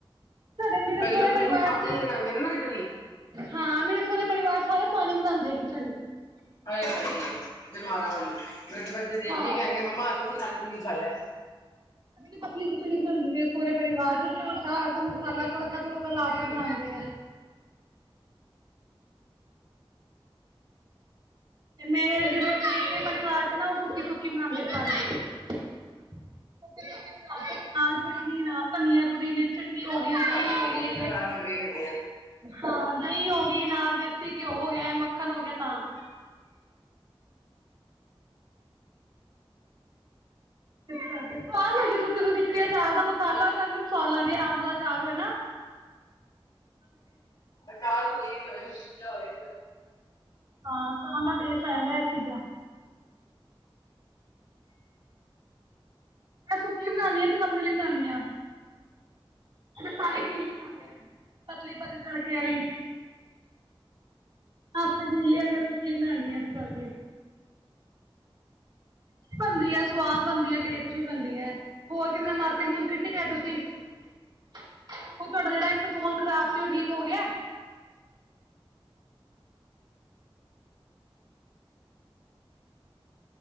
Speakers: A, on the right; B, on the left.
A: ਸਾਡੇ ਮੇਰੇ
B: ਕਈ
A: ਸਹੁਰੇ
B: ਲੋਕੀ ਬਿਲਕੁਲ
A: ਪਰਿਵਾਰ
B: ਪਾਨੀ
A: ਚ
B: ਬਣਾਉਂਦੇ ਨੇ ਨਾ ਖਿਚੜੀ
A: ਹਾਂ ਮੇਰੇ ਸਹੁਰੇ ਪਰਿਵਾਰ ਸਾਰੇ। ਪਾਣੀ ਬਣਾਉਂਦੇ ਆ ਖਿੱਚੜੀ ।
B: ਹਾਏ ਹਾਏ ਬਿਮਾਰਾ ਵਾਲੀ। ਸਾਡੇ ਬੱਚੇ ਦੇਖ
A: ਹਾਂ।
B: ਕੇ ਕਹਿਣ ਗੇ ਮੰਮਾ । ਅਸੀਂ ਨਹੀਂ ਖਾਣੀ ਤੂੰ ਹੀ ਖਾ ਲੇ।
A: ਪਤਲੀ ਪਤਲੀ ਖਿਚੜੀ ਬਣਾਉਂਦੇ ਮੇਰੇ ਸੁਹਰੇ ਪਰਿਵਾਰ ਚ ਚਾਰ ਦਾ ਮਸਾਲਾ ਤੜਕਾ ਤੁੜਕਾ ਲਾ ਕੇ ਬਣਾਉਂਦੇ ਆ। ਤੇ ਮੇਰੇ ਜਿਹੜੇ ਪੇਕੇ ਪਰਿਵਾਰ ਤੇ ਨਾ ਉਹ ਸੁੱਕੀ ਸੁੱਕੀ ਬਨਾਉਂਦੇ ਸਾਰੇ। ਬਣਾ ਦਾਲ ਚਟਨੀ ਨਾਲ ਧਨੀਆ ਪੁਦੀਨੇ ਹੋ ਗਈ
B: ਜਿਵੇਂ
A: ਦਹੀਂ
B: ਤੁਹਾਡੇ
A: ਹੋ
B: ਦੇ
A: ਗਈ
B: ਕੇ ਪਰਿਵਾਰ
A: ਹੈ
B: ਵਿਲਗੇ ਹੈਗੇ ਆ।
A: ਹਾਂ ਦਹੀਂ ਹੋ ਗਈ ਨਾਲ ਦੇਸੀ ਘਿਓ ਹੋ ਗਿਆ ਜਾਂ ਮੱਖਣ ਹੋ ਗਿਆ ਤਾਂ ਅੱਛ ਸਦ ਲ ਖਿਚੜੀ ਚਾਰ ਦਾ ਮਸਾਲਾ ਹੋਏ ਸਵਾਦ ਲੱਗਦੀ ਹੈ ।ਅੰਬ ਦਾ ਚਾਰ ਹੋਏ ਲਾ
B: ਚਾਰ ਕੋਈ ਵੀ ਹੋਏ ਨ ਮਿਲਕਿਆ ਹੋਵੇ
A: ਹਾਂ। ਦਾ ਡ ਪੈਦਾ ਚੀਜ਼ਾਂ। ਮੈਂ ਸੁੱਕੀ ਬਣਾਉਂਦੀ ਆ ਤੇੂੰ ਆਪਣੇ ਲਈ ਬਣਾਦੀ ਆ ਸਲੀ ਖਦੇ ਆ ਪਤਲੀ ਪਤਲੀ ਤੜਕੇ ਵਾਲੀ ਆਪਲੀ ਆਪਣੇ ਸੁੱਕੀ ਬਣਾਾਨਣੀ ਆ ਇਸ ਕਰਕੇ ਬਣਦੀ ਆ ਸਵਾਦ ਬਣਦੀ ਟਸਟ ਵੀ ਬਣਦੀ ਆ ਹੋਰ ਕਿ ਮਾਰਕਿਟਕਟ ਨੀ ਤੁਸੀਂ ਉਹ ਤੁਹਾਡਾ ਜਿਹੜਾ ਇੱਕ ਫੋਨ ਖਰਾਬ ਸੀ ਉਹ ਠੀਕ ਹੋ ਗਿਆ।